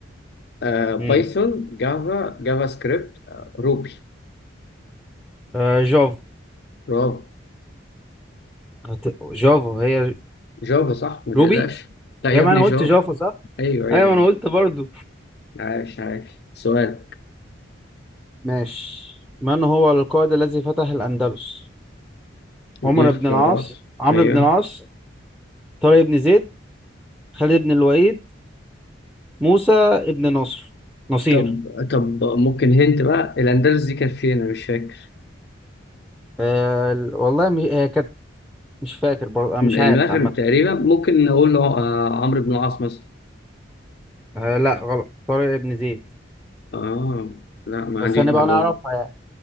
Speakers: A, on the left; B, in the centre.
A: آه، بايثون
B: امم
A: جافا جافا سكريبت آه، روبي
B: آه جافا
A: برافو
B: هت- جافا هي
A: جافا صح ما
B: روبي
A: تقلقش لا يا
B: هي ما
A: ابني
B: أنا
A: جافا
B: قلت جافا صح؟
A: ايوه ايوه
B: أيوة أنا
A: أيوة.
B: قلت برضو
A: عاش عاش سؤال
B: ماشي من هو القائد الذي فتح الأندلس عمر
A: دي اختيارات
B: بن العاص عمرو
A: ايوه
B: بن العاص طارق بن زيد خالد بن الوليد موسى بن نصر نصير
A: طب طب ممكن هنت بقى الاندلس دي كانت فين انا مش فاكر
B: آه ال- والله م- هي كانت مش فاكر برضه أنا مش
A: المغرب
B: عارف عامة
A: تقريبا ممكن نقول له آه، عمرو بن العاص مثلا
B: آه لا غلط طارق بن زيد
A: اه لا ما
B: بس
A: عنديش
B: هنبقى
A: معلومه
B: نعرفها يعني